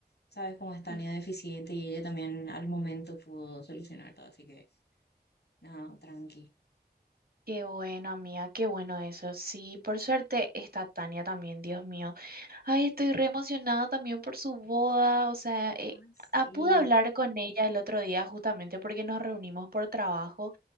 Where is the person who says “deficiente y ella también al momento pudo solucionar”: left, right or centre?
Left